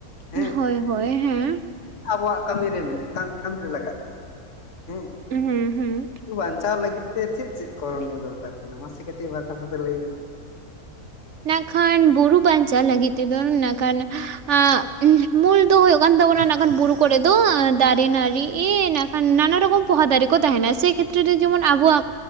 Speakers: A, on the left; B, on the right.
A: ᱦᱮᱸ
B: ᱦᱳᱭ ᱦᱳᱭ ᱦᱮᱸ
A: ᱟᱵᱚᱣᱟᱜ ᱠᱟᱹᱢᱤᱨᱮ ᱢᱮᱱᱟᱜᱼᱟ ᱠᱟᱹᱢᱤᱨᱮ ᱞᱟᱜᱟᱣᱜ ᱠᱟᱱᱟ ᱦᱩᱸ
B: ᱦᱩᱸ ᱦᱩᱸ
A: ᱵᱟᱧᱪᱟᱣ ᱞᱟᱹᱜᱤᱫ ᱛᱮ ᱪᱮᱫ ᱪᱮᱫ ᱠᱚᱨᱚᱱᱤᱭᱚ ᱫᱚᱨᱠᱟᱨ ᱠᱟᱱᱟ ᱢᱟᱥᱮ ᱠᱟᱹᱴᱤᱡ ᱵᱟᱨ ᱠᱟᱛᱷᱟ ᱛᱮ ᱞᱟᱹᱭ ᱵᱤᱱ
B: ᱱᱟᱠᱷᱟᱱ ᱵᱩᱨᱩ ᱵᱟᱧᱪᱟᱣ ᱞᱟᱹᱜᱤᱫ ᱛᱮᱫᱚ ᱱᱟᱜ ᱠᱷᱟᱱ <unintelligible> ᱢᱩᱞ ᱫᱚ ᱦᱩᱭᱩᱜ ᱠᱟᱱ ᱛᱟᱵᱚᱱᱟ ᱵᱩᱨᱩ ᱠᱚᱨᱮ ᱫᱚ ᱫᱟᱨᱮ ᱱᱟᱹᱲᱤ ᱮ ᱱᱟᱜ ᱠᱷᱟᱱ ᱱᱟᱱᱟ ᱨᱚᱠᱚᱢ ᱯᱚᱦᱟ ᱫᱟᱨᱮ ᱠᱚ ᱛᱟᱸᱦᱮᱱᱟ ᱥᱮ ᱠᱷᱮᱛᱨᱮ ᱨᱮ ᱡᱮᱢᱚᱱ ᱟᱵᱚᱣᱟᱜ